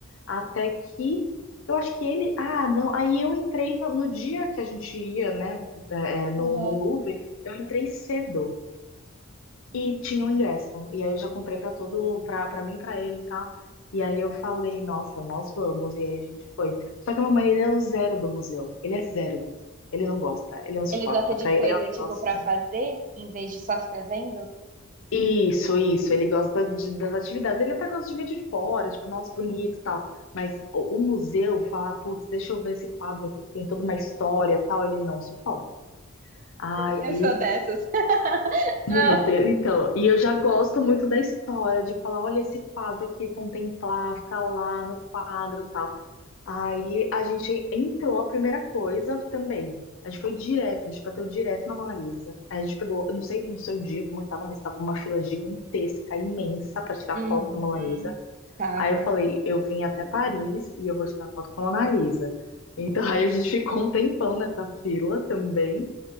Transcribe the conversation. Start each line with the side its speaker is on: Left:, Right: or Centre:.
Left: até que eu acho que ele. Ah, não. Aí eu entrei no, no dia que a gente ia, né, é, é, no,
Right: aham.
Left: no Louvre, eu entrei cedo.
Right: hum.
Left: E tinha o ingresso. E aí eu já comprei pra todo, pra para mim, pra ele e tal. E aí eu falei, nossa, nós vamos. E aí a gente foi. Só que meu marido é o zero do museu. Ele é zero do museu. Ele não gosta, ele não suporta.
Right: Ele gosta de
Left: Pra ele
Right: coisa,
Left: é um
Right: tipo,
Left: negócio.
Right: pra fazer, em vez de só ficar vendo?
Left: Isso, isso. Ele gosta de- das atividades. Ele até gosta de ver de fora, tipo, nossa, bonito e tal. Mas o, o museu, falar, putz, deixa eu ver esse quadro aqui que tem toda uma história e tal, ele não suporta. Aí
Right: Eu sou dessas. <laughs>
Left: Meu
Right: Ah.
Left: Deus, então, e eu já gosto muito da história, de falar, olha esse quadro aqui, contemplar, ficar lá no quadro e tal. Aí a gente entrou, a primeira coisa também, a gente foi direto, a gente bateu direto na Mona Lisa. Aí a gente pegou, eu não sei no seu dia como estava, mas estava uma fila gigantesca, imensa, para tirar
Right: Uhum.
Left: foto da Mona Lisa.
Right: Tava.
Left: Aí eu falei, eu vim até Paris e eu vou tirar foto com a Mona Lisa. Então <laughs> aí a gente ficou um tempão nessa fila também.